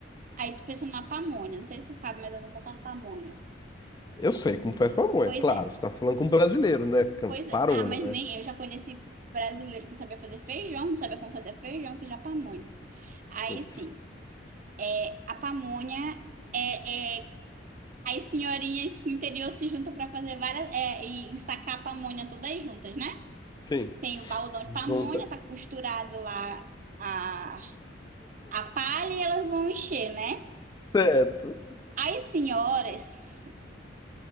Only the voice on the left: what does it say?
Eu sei como
faz pamonha,
claro.
Você tá falando com um brasileiro, né? Cam-
Parou,
né?
Putz.
Sim.
Junta.
Certo.